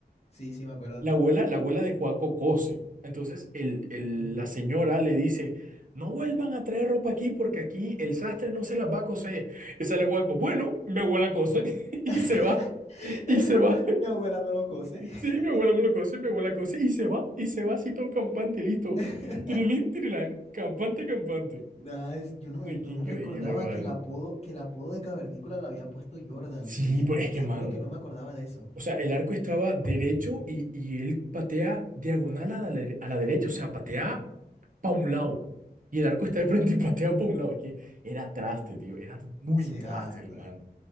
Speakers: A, on the left; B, on the right.
A: Sí, sí me acuerdo.
B: la abuela, la abuela de Juaco cose. Entonces el, el-
A: Ujú.
B: la señora le dice, no vuelvan a traer ropa aquí porque aquí el sastre no se las va a coser. Y sale Juaco, bueno, mi abuela cose <laughs> y
A: <laughs>
B: se va. Y se va.
A: Mi abuela me lo cose. <laughs>
B: Sí, mi abuela me lo cose, mi abuela cose y se va. Y se va así todo campante, listo.
A: <laughs>
B: Tirilín, tirilán, campante, campante.
A: Nada, es- yo no,
B: Ay,
A: no
B: Qué increíble,
A: recordaba
B: man.
A: que el apodo, que el apodo de Cavernícola lo había puesto Jordan.
B: Sí,
A: des-
B: pero es
A: te
B: que, man.
A: juro que no me acordaba de eso.
B: O sea, el arco estaba derecho y, y él patea diagonal a la, dere- a la derecha, o sea, patea para un lado. Y el arco está de frente y patea para un lado. Es que era traste, tío, era muy
A: Sí,
B: traste
A: ay,
B: el
A: nada,
B: man.